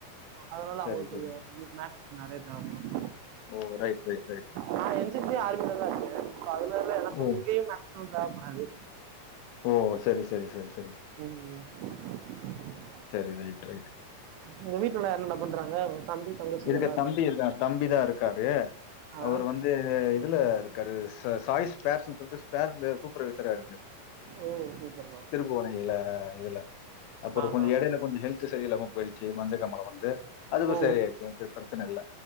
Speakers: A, on the right; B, on the left.
A: அதனால அவுங்களுக்கு
B: சரி சரி
A: கொஞ்சோ மேக்ஸ் நெறைய தேவப்படு
B: ஓ ரைட் ரைட் ரைட்
A: நா என் சி சி ஆர்மியிலதா இருக்கே சோ அதுனால எனக்கு
B: ஓ
A: இங்கேயும் மேக்சிமம் தேவப்படாது
B: ஓ செரி சேரி செரி சேரி
A: ம்
B: சேரி ரைட் ரைட்
A: உங்க வீட்ல என்னன்ன பண்றாங்க உங்க தம்பி தங்கச்சி
B: இருக்கூ
A: எல்லாம்
B: தம்பி
A: இருக்காங்க
B: இருக்கா தம்பி தா இருக்காரு
A: ஆ
B: அவரு வந் இது இதுல இருக்காரு ச சாய் ஸ்பேர்னு சொல்லிட்டு ஸ்பேர் சூப்பர்வைசரா இருக்காரு
A: ஓ சூப்பர் தா
B: திருபுவனையில இதுல அப்றோ
A: ஆஹா
B: கொஞ்சோ எடைல கொஞ்சோ ஹெல்த் சேரி இல்லாமா போயிடுச்சி மஞ்ச காமல வந்து அதுவு
A: ஓ
B: செரி ஆயிச்சி பிரச்சன இல்ல